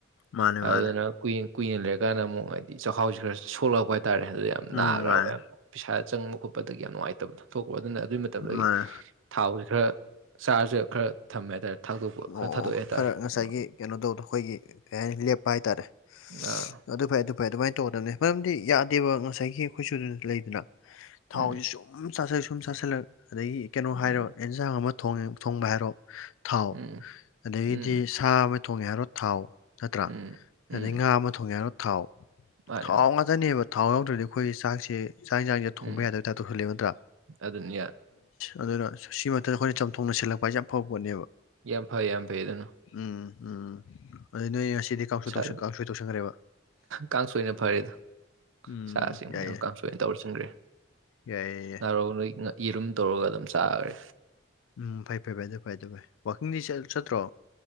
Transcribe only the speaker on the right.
ꯑꯗꯨꯗꯨꯅ
ꯀꯨꯏ ꯀꯨꯏꯅ ꯂꯩꯔꯀꯥꯟꯗ ꯑꯃꯨꯛ ꯍꯥꯏꯗꯤ ꯆꯥꯛꯍꯥꯎꯁꯤ ꯈꯔ ꯁꯣꯛꯂꯛꯄ ꯍꯥꯏꯇꯥꯔꯦ ꯑꯗꯨꯗ ꯌꯥꯝ
ꯅꯥꯒ꯭ꯔꯕ
ꯌꯥꯝ ꯄꯩꯁꯥ ꯆꯪꯕ ꯈꯣꯠꯄꯗꯒꯤ ꯌꯥꯝ ꯅꯨꯡꯉꯥꯏꯇꯕ ꯊꯣꯛꯄ ꯑꯗꯨꯅ ꯑꯗꯨꯏ ꯃꯇꯝꯗꯒꯤ
ꯊꯥꯎꯁꯦ ꯈꯔ ꯆꯥꯔꯁꯨ ꯈꯔ ꯊꯝꯃꯦ ꯍꯥꯏꯇꯥꯔꯦ ꯊꯥꯗꯣꯛꯄ ꯈꯔ
ꯊꯥꯗꯣꯛꯑꯦ ꯍꯥꯏꯇꯥꯔꯦ
ꯎꯝ
ꯑꯥ
ꯎꯝ
ꯎꯝ
ꯎꯝ
ꯎꯝ
ꯎꯝ ꯎꯝ
ꯃꯥꯅꯦ
ꯃꯥꯅꯦ
ꯎꯝ
ꯑꯗꯨꯅꯤ
ꯌꯥꯝ ꯐꯩ ꯌꯥꯝ ꯐꯩ ꯑꯗꯨꯅ
ꯁꯥ
ꯀꯥꯡ ꯁꯣꯏꯅ ꯐꯔꯦꯗ
ꯁꯥ ꯆꯕꯅꯤꯅ
ꯀꯥꯡꯁꯣꯏꯅ ꯇꯧꯔ ꯆꯟꯈ꯭ꯔꯦ
ꯉꯥꯔꯣ ꯅꯣꯏ ꯌꯦꯔꯨꯝ ꯇꯧꯔꯒ ꯑꯗꯨꯝ ꯆꯥꯒ꯭ꯔꯦ